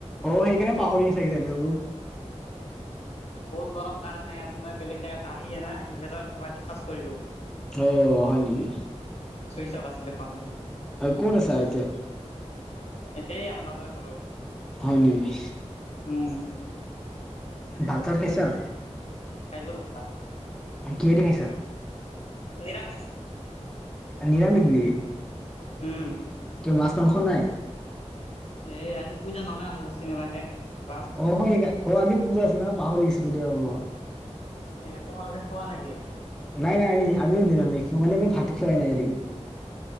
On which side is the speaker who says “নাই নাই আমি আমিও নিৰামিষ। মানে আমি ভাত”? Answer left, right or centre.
Centre